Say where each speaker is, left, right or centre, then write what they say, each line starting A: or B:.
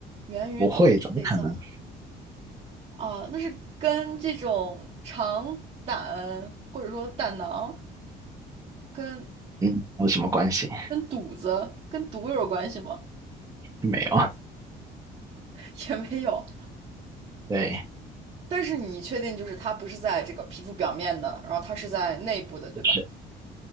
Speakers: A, on the right (about 40°); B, on the right (about 20°).
A: 源于动物的内脏。
B: 不会，怎么可能？
A: 啊，那是跟这种肠胆或者说胆囊跟
B: 嗯，有什么关系？
A: 跟肚子跟毒有关系吗？
B: 没有。
A: <laughs> 也没有。
B: 对，
A: 但是你确定就是它不是在这个皮肤表面的，然后它是在内部的，对吧？
B: 是，